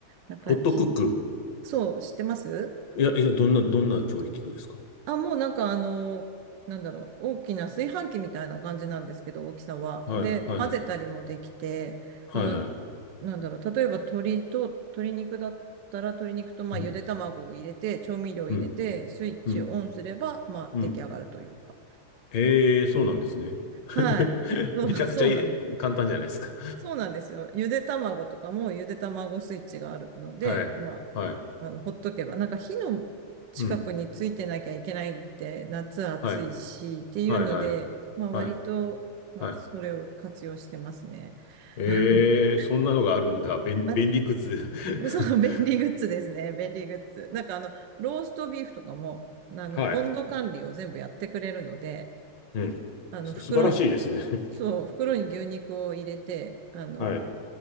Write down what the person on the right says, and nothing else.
やっぱひ、
そう、知ってます
あ、もうなんかあの、なんだろう、大きな炊飯器みたいな感じなんですけど、大きさは。
で、
混ぜたりもできて、
あの、
なんだろう、例えば鶏と鶏肉だったら、鶏肉とまあゆで卵を入れて、
調味料を入れて、
スイッチオンすれば、
まあ出来上がるというか。
はい。そう、
そうなんです。そうなんですよ。ゆで卵とかもゆで卵スイッチがあるので、
まあ、
あの、ほっとけば、なんか火の近くについてなきゃいけないって、
夏暑いしっていうので、
まあ割と、
まあそれを活用してますね。
<laughs>
あ、
そう、便利グッズですね。便利グッズ。なんかあの、ローストビーフとかも、あの、
温度管理を全部やってくれるので、
あの、
袋に、
そう、袋に牛肉を入れて、あの、